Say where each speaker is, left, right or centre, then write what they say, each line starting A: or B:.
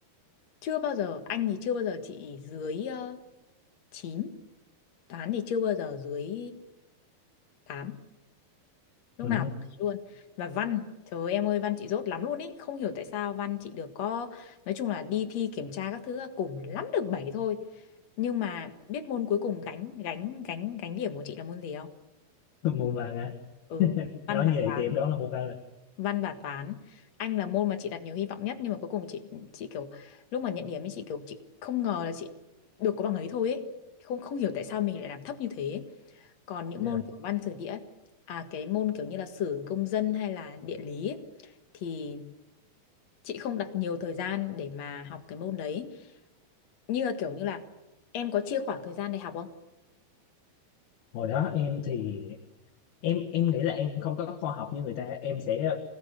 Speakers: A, on the left; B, on the left.
A: chưa bao giờ Anh thì chưa bao giờ chị dưới uh, 9 toán thì chưa bao giờ dưới tám lúc
B: ừ.
A: nào cũng thế luôn và văn trời ơi, em ơi văn chị dốt lắm luôn ý không hiểu tại sao văn chị được có nói chung là đi thi kiểm tra các thứ cùng lắm được 7 thôi nhưng mà biết môn cuối cùng gánh gánh gánh gánh điểm của chị là môn gì không
B: môn văn á
A: ừ
B: <laughs>
A: văn
B: nói
A: và
B: như vậy
A: toán
B: thì em đoán là môn văn rồi
A: văn và toán anh là môn mà chị đặt nhiều hy vọng nhất nhưng mà cuối cùng chị chị kiểu lúc mà nhận điểm ấy chị kiểu chị không ngờ là chị được có bằng ấy thôi ấy không không hiểu tại sao mình lại làm thấp như thế còn những
B: Dạ.
A: môn kiểu văn sử địa à cái môn kiểu như là sử công dân hay là địa lý ấy, thì chị không đặt nhiều thời gian để mà học cái môn đấy như là kiểu như là em có chia khoảng thời gian để học không
B: hồi đó em thì em em nghĩ là em không có khoa học như người ta em sẽ